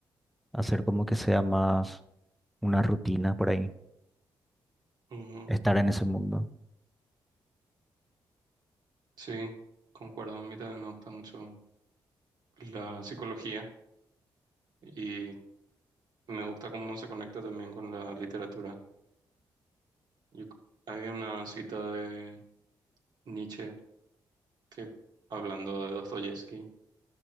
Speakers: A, in the centre; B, on the right.
A: hacer como que sea más una rutina por ahí,
B: ujú.
A: estar en ese mundo.
B: Sí, concuerdo. A mí también me gusta mucho la psicología. y me gusta cómo se conecta también con la literatura. Yo c- había una cita de Nietzsche que hablando de Dostoyevsky,